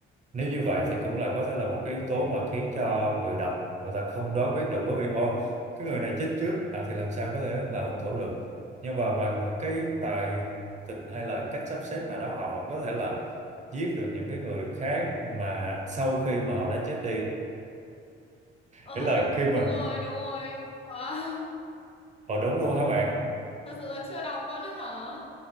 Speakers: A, on the right; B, on the left.
A: nếu như vậy thì cũng là có thể là một cái yếu tố mà khiến cho người đọc người ta không đoán biết được bởi vì ô cái người này chết trước mà thì làm sao có thể là hung thủ được nhưng mà bằng những cái tài tình hay là cách sắp xếp nào đó họ vẫn có thể là giết được những cái người khác mà sau khi mà họ đã chết đi
B: ờ
A: nghĩa là
B: đúng
A: khi mà
B: đúng rồi đúng rồi wow
A: họ đúng luôn hả bạn
B: thật sự là chưa đọc luôn đấy hả